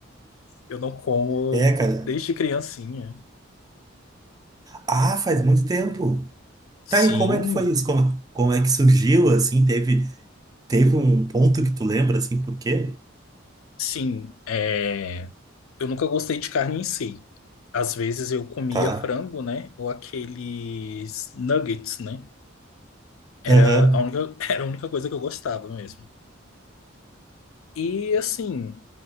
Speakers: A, on the left; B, on the right.
A: Eu não como
B: É, cara.
A: desde criancinha.
B: Ah, faz muito tempo. Tá,
A: Sim,
B: e como é que foi isso? Como, como é que surgiu, assim? Teve, teve um ponto que tu lembra, assim, por quê?
A: sim. É... Eu nunca gostei de carne em si. Às vezes eu comia
B: Tá.
A: frango, né? Ou aqueles nuggets, né?
B: Aham.
A: Era a única, <laughs> era a única coisa que eu gostava mesmo. E assim,